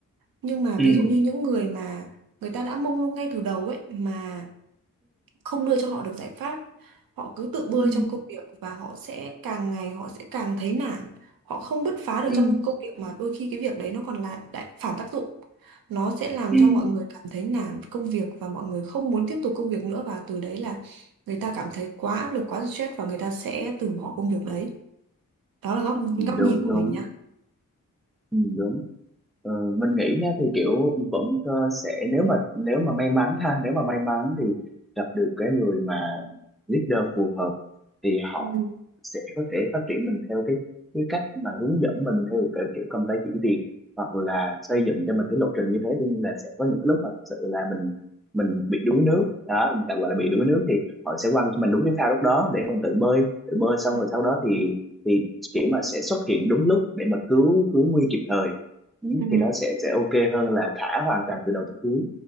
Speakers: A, on the right; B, in the centre.
A: Nhưng mà
B: ừ
A: ví dụ như những người mà người ta đã mông lung ngay từ đầu ấy mà không đưa cho họ được giải pháp họ cứ tự bơi
B: ừ
A: trong công việc và họ sẽ càng ngày họ sẽ càng thấy nản họ không bứt phá được
B: ừ
A: trong công việc mà đôi khi cái việc đấy nó còn là đại phản tác dụng nó sẽ làm
B: ừ
A: cho mọi người cảm thấy nản với công việc và mọi người không muốn tiếp tục công việc nữa và từ đấy là người ta cảm thấy quá áp lực quá stress và người ta sẽ từ bỏ công việc đấy đó là góc
B: Ừ,
A: góc
B: đúng
A: nhìn của
B: đúng
A: mình nhá
B: ừ, đúng Ờ, mình nghĩ nha thì kiểu vẫn ờ, sẽ nếu mà nếu mà may mắn ha nếu mà may mắn thì gặp được cái người mà leader phù hợp thì họ
A: ừ,
B: sẽ có thể phát triển mình theo cái cái cách mà hướng dẫn mình theo cái kiểu công tác chỉ việc hoặc là xây dựng cho mình cái lộ trình như thế tuy nhiên là sẽ có những cái lúc mà thật sự là mình mình bị đuối nước đó mình tạm gọi là bị đuối nước thì họ sẽ quăng cho mình đúng cái phao lúc đó để mình tự bơi tự bơi xong
A: ừ,
B: rồi sau đó thì thì kiểu mà sẽ xuất hiện đúng lúc để mà cứu cứu nguy kịp thời ừ,
A: ừ,
B: thì nó sẽ sẽ ok hơn là thả hoàn toàn từ đầu tới cuối